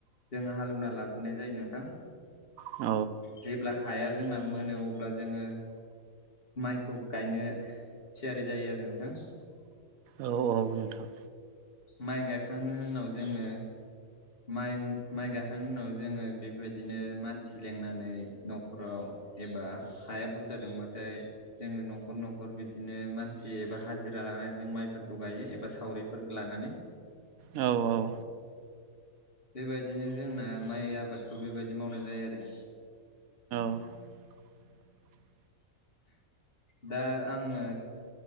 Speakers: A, on the left; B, on the right.
A: जोङो हालेवना लाग्रोनाय जायो नोंथां।
B: औ
A: जेब्ला हाया जोंना मोनो अब्ला जोङो माइखौ गायनो थियारि जायो आरो नोंथां
B: औ औ नोंथां
A: माइ गायखांनायनि उनाव जोङो माइ माइ गाखांनायनि उनाव जोङो बेबायदिनो मानसि लेंनानै न'खराव एबा हाया बुरजा दंबाथाय जोङो न'खर न'खर बिदिनो मानसि एबा हाजिरा लानानै जों माइफोरखौ गायो एबा सावरि लानानै
B: औ औ
A: बेबायदिनो जोंना माइ आबादखौ बेबायदि मावनाय जायो आरो
B: <inaudible>
A: दा आङो